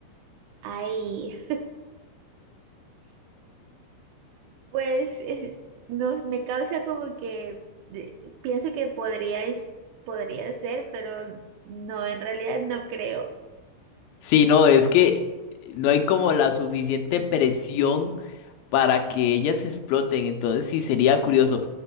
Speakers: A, on the right; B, on the left.
A: Ay, <laughs> pues es- no, me causa como que de- pienso que podríais, podría ser, pero no, en realidad no creo.
B: Sí, no, es que no hay como la suficiente presión. para que ellas se exploten. Entonces sí sería curioso.